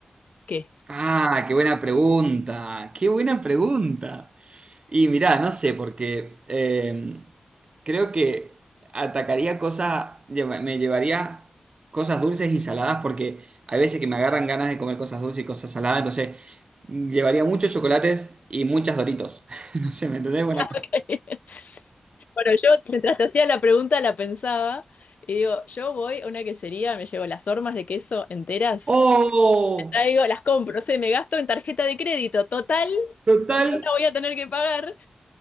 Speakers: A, on the left (about 70°); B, on the right (about 40°).
A: ¿qué?
B: Ah, qué buena pregunta, qué buena pregunta. Y mirá, no sé, porque eh, creo que atacaría cosas, lleva- me llevaría cosas dulces y saladas porque hay veces que me agarran ganas de comer cosas dulces y cosas saladas, entonces llevaría muchos chocolates y muchas Doritos. <laughs> No sé, ¿me entendés? Buena cosa.
A: <laughs> Bueno, yo mientras te hacía la pregunta la pensaba y digo, yo voy a una quesería, me llevo las hormas de queso enteras,
B: ¡Oh!
A: traigo, las compro, sé, me gasto en tarjeta de crédito, total,
B: Total.
A: no la voy a tener que pagar.